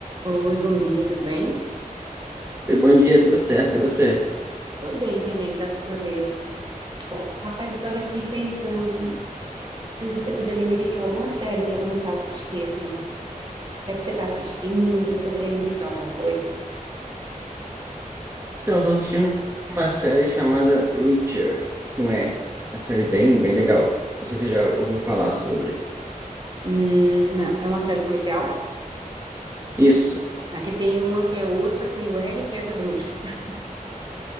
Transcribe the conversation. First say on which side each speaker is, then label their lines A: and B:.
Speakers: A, on the right (about 35°); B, on the right (about 20°).
A: Oi, bom dia, tudo bem?
B: Oi, bom dia, tudo certo? E você?
A: Tô bem também, graças a Deus. Rapaz, eu tava aqui pensando se você poderia me indicar alguma série para eu começar a assistir, assim. O que é que você tá assistindo? Você poderia me indicar alguma coisa?
B: Então, estou assistindo uma série chamada Reacher, um R. Uma série é bem, bem legal. Não sei se você já ouviu falar sobre.
A: Hum, não, é uma série policial?
B: Isso.
A: Aqui tem uma que é outra sem o R, que é do bruxo. <laughs>